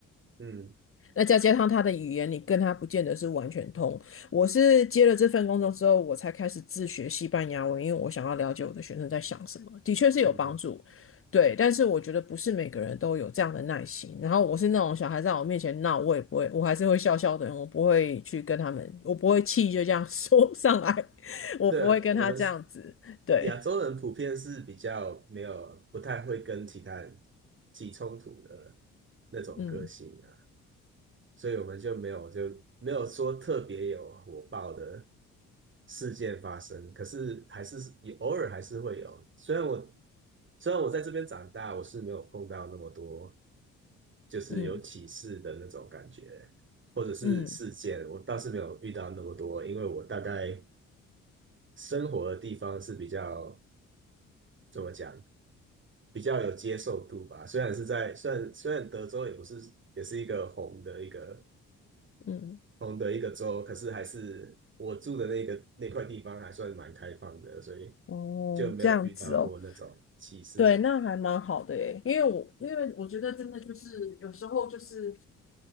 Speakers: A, on the right; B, on the left.
A: 嗯
B: 那再加上他的语言，你跟他不见得是完全通。我是接了这份工作之后，我才开始自学西班牙文，因为我想要了解我的学生在想什么，的确是有帮助。
A: 嗯，
B: 对，但是我觉得不是每个人都有这样的耐心。然后我是那种小孩在我面前闹，我也不会，我还是会笑笑的人，我不会去跟他们，我不会气就这样 <laughs> 说上来，<laughs> 我不会跟他这样子。
A: 对，我们是
B: 对，
A: 亚洲人普遍是比较没有不太会跟其他人起冲突的那种个性啊。
B: 嗯
A: 所以我们就没有就没有说特别有火爆的事件发生，可是还是也偶尔还是会有。虽然我虽然我在这边长大，我是没有碰到那么多就是有歧视的那种感觉，
B: 嗯
A: 或者是事件，
B: 嗯
A: 我倒是没有遇到那么多，因为我大概生活的地方是比较怎么讲，比较有接受度吧。虽然是在虽然虽然德州也不是也是一个红的一个
B: 嗯，
A: 同的一个州，可是还是我住的那个那块地方还算蛮开放的，所以
B: 哦，
A: 就没有遇到过那种歧视的人。
B: 这样子哦。对，那还蛮好的诶，因为我因为我觉得真的就是有时候就是